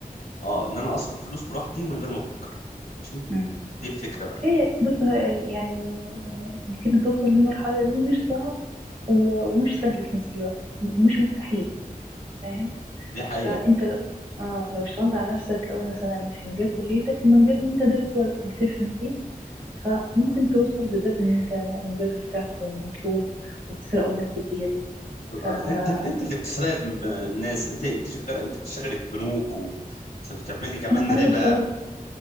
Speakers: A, on the left; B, on the right.
A: اه ان انا اصرف فلوس براحتي من غير ما افكر ماشي
B: امم
A: دي الفكره بقى
B: إيه بص آه، يعني آه، إنك أنت توصل للمرحلة دي مش صعب و- ومش سهل في نفس الوقت م- مش مستحيل فاهم
A: دي حقيقه
B: فانت لو اه لو اشتغلت على نفسك قوي مثلا في مجال كليتك المجال اللي انت دارسه بتفهم فيه فممكن توصل بالذات ان انت المجال بتاعك مطلوب وبتسرقوا الناس كتير
A: ال-
B: فانا
A: انت انت اللي بتسرق الم- الناس انت انت شغال انت بتشتغلي في بنوك و بتعملي كمان
B: انا
A: ربا
B: بشتغل